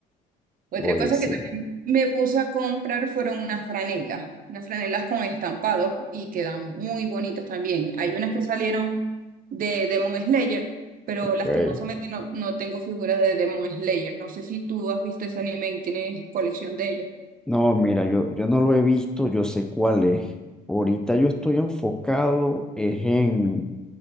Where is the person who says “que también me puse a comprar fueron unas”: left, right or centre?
Right